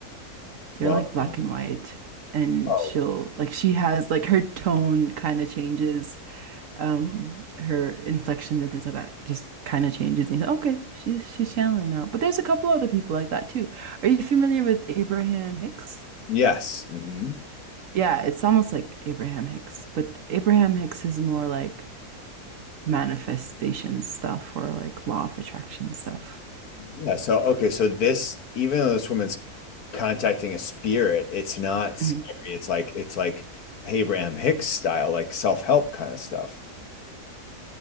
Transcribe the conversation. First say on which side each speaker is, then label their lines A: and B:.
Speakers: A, on the right; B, on the left.
A: They're
B: Well,
A: like black
B: oh,
A: and white, and
B: oh,
A: she'll like she has like her tone kind of changes, um, her inflections and things like that just kind of changes. And you say, okay, she's she's channeling now. But there's a couple other people like that too. Are you familiar with Abraham Hicks?
B: yes. hmm
A: Yeah, it's almost like Abraham Hicks, but Abraham Hicks is more like manifestation stuff or like law of attraction stuff.
B: Yeah. So, okay. So this, even though this woman's contacting a spirit. It's not scary.
A: Mhm.
B: It's like it's like Abraham Hicks style, like self-help kind of stuff.